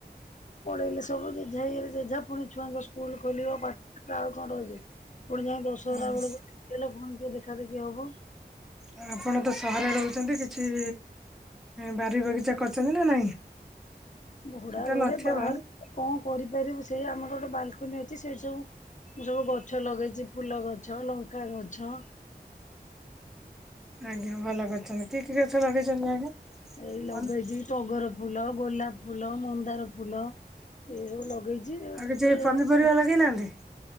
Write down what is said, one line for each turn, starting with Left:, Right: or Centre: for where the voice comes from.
Left: ପଳେଇଲେ ସବୁ ଜେଝା ଇଲେ ଜେଝା ପୁଣି ଛୁଆଙ୍କ ସ୍କୁଲ ଖୋଲିବ ପାଠ ଆଉ କଣ ରହିବେ। ପୁଣି ଯାଇକି ଦଶହରା
Centre: ଆଜ୍ଞା
Left: ବେଳକୁ ଛୁଟି ହେଲେ ଫୁନୀ ଟିକେ ଦେଖା ଦେଖି ହବ।
Centre: ଆ ଆପଣ ତ ସହରରେ ରହୁଛନ୍ତି କିଛି ବାରି ବଗିଚା କରିଛନ୍ତି ନା ନାଇଁ?
Left: ଭଡ଼ା
Centre: ସେଟା
Left: ଘରେ
Centre: ନଥିବ
Left: ବାହାରେ କଣ କରିପାରିବୁ ସେଇ ଆମର ଗୋଟେ ବାଲ୍କୋନି ଅଛି ସେଇଠି ସବୁ ମୁଁ ସବୁ ଗଛ ଲଗେଇଛି ଫୁଲ ଗଛ ଲଙ୍କା ଗଛ
Centre: ଆଜ୍ଞା ଭଲ କରିଛନ୍ତି। କି କି ଗଛ ଲଗେଇଛନ୍ତି ଆଜ୍ଞା?
Left: ଏଇ ଲଗେଇଛି
Centre: ଆଉ
Left: ଟଗର ଫୁଲ ଗୋଲାପ ଫୁଲ ମନ୍ଦାର ଫୁଲ ଏ ସବୁ ଲଗେଇଛି।
Centre: ଆଉ କିଛି
Left: ସେ
Centre: ପନିପରିବା
Left: ସବୁ
Centre: ଲଗେଇନାହାନ୍ତି?